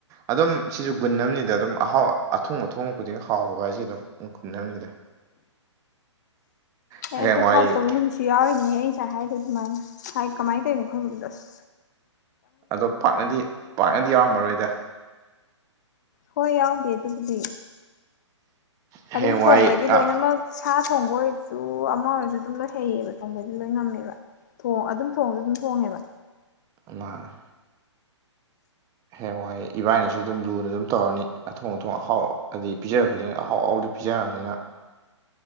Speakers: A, on the right (about 20°); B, on the left (about 35°).
A: ꯑꯗꯨꯝ ꯁꯤꯁꯨ ꯒꯨꯟ ꯑꯃꯅꯤꯗ ꯑꯗꯨꯝ ꯑꯍꯥꯎ ꯑꯊꯣꯡ ꯑꯊꯣꯡ ꯈꯨꯗꯤꯡ ꯍꯥꯎꯕ ꯍꯥꯏꯁꯦ ꯑꯗꯨꯝ ꯒꯨꯟ ꯑꯃꯅꯤꯗ ꯍꯌꯦꯡꯋꯥꯏ
B: ꯑꯦ ꯑꯗꯨ ꯍꯥꯎꯇꯕ ꯅꯨꯃꯤꯠꯁꯨ ꯌꯥꯎꯔꯤꯅꯦꯍꯦ ꯑꯩ ꯉꯁꯥꯏ ꯍꯥꯏꯗꯣ ꯑꯗꯨꯃꯥꯏꯅ ꯍꯥꯏ ꯀꯃꯥꯏ ꯇꯩꯅꯣ ꯈꯪꯗꯁ
A: ꯑꯗꯣ ꯄꯥꯛꯅꯗꯤ ꯄꯥꯛꯅꯗꯤ ꯌꯥꯎꯔꯝꯃꯔꯣꯏꯗ
B: ꯍꯣꯏ ꯌꯥꯎꯗꯦ ꯑꯗꯨꯕꯨꯗꯤ
A: ꯍꯌꯦꯡꯋꯥꯏ
B: ꯑꯗꯨꯝ ꯊꯣꯡꯕꯩꯗꯤ
A: ꯑ
B: ꯂꯣꯏꯅꯃꯛ ꯁꯥ ꯊꯣꯡꯕ ꯑꯣꯏꯔꯁꯨ ꯑꯃ ꯑꯣꯏꯔꯁꯨ ꯑꯗꯨꯝ ꯂꯣꯏ ꯍꯩꯌꯦꯕ ꯊꯣꯡꯕꯩꯗꯤ ꯂꯣꯏ ꯉꯝꯃꯦꯕ ꯊꯣꯡ ꯑꯗꯨꯝ ꯊꯣꯡꯁꯨ ꯑꯗꯨꯝ ꯊꯣꯡꯉꯦꯕ
A: ꯑꯃꯥꯔ ꯍꯌꯦꯡꯋꯥꯏ ꯏꯕꯥꯏꯅꯁꯨ ꯑꯗꯨꯝ ꯂꯨꯅ ꯑꯗꯨꯝ ꯇꯧꯔꯅꯤ ꯑꯊꯣꯡ ꯑꯊꯣꯡ ꯑꯍꯥꯎ ꯍꯥꯏꯗꯤ ꯄꯤꯖꯔ ꯈꯨꯗꯤꯡꯒꯤ ꯑꯍꯥꯎ ꯑꯍꯥꯎꯕꯗ ꯄꯤꯖꯔ ꯀꯅꯤꯅ